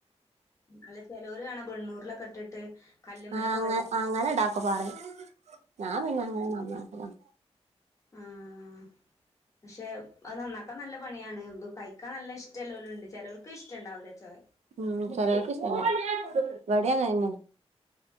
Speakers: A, on the left; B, on the right.
A: അല്ല ചെലോര് കാണ വെണ്ണൂരിലൊക്കെ ഇട്ടിട്ട് കല്ലുമ്മലൊക്കെ
B: ആഹ് അങ്ങ
A: ഒര
B: അങ്ങനെ ഇടാക്ക പറയും ഞാൻ പിന്നെ അങ്ങനെ നന്നക്കും
A: ഉം ഉം പക്ഷെ അത് നന്നാക്കാൻ നല്ല പണിയാണ് ത് കഴിക്കാൻ നല്ല ഇഷ്ടം ള്ളവരുംണ്ട് ചെലോ ർക്ക്‌ ഇഷ്ടുണ്ടാവില്ല ചൊയ
B: ഉം ചിലവർക്ക് ഇഷ്ടംഇവിടം യങ്ങനെ തന്നെ